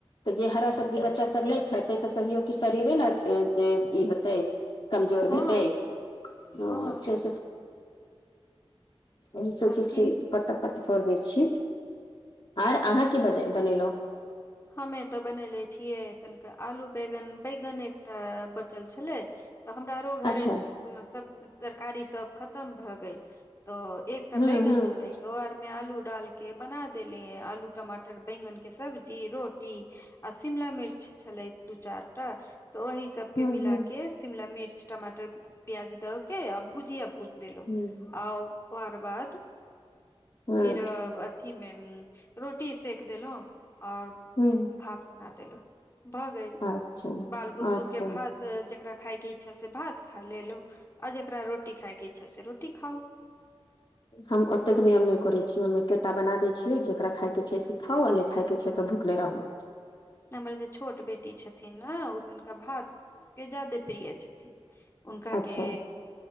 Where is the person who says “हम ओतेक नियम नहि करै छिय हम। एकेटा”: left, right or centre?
Left